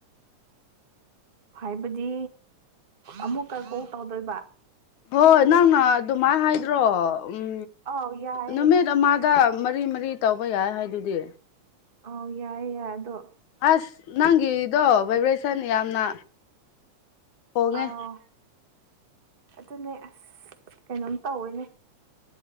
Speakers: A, on the right; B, on the left.
A: ꯍꯥꯏꯕꯗꯤ ꯑꯃꯨꯛꯀ ꯀꯣ ꯇꯧꯗꯣꯏꯕ
B: ꯍꯣꯏ ꯅꯪꯅ ꯑꯗꯨꯃꯥꯏꯅ ꯍꯥꯏꯗ꯭ꯔꯣ ꯎꯝ
A: ꯑꯥꯎ ꯌꯥꯏꯌꯦ
B: ꯅꯨꯃꯤꯠ ꯑꯃꯗ ꯃꯔꯤ ꯃꯔꯤ ꯇꯧꯕ ꯌꯥꯏ ꯍꯥꯏꯗꯨꯗꯤ
A: ꯑ ꯌꯥꯏꯌꯦ ꯌꯥꯏꯦ ꯑꯗꯣ
B: ꯑꯁ ꯅꯪꯒꯤ ꯏꯔꯤꯗꫭ ꯕꯕ꯭ꯔꯁ ꯁꯟ ꯌꯥꯝꯅ ꯍꯣꯡꯉꯦ
A: ꯑꯥꯎ ꯑꯗꯨꯅꯦ ꯑꯁ ꯀꯩꯅꯣꯝ ꯇꯧꯋꯦꯅꯦ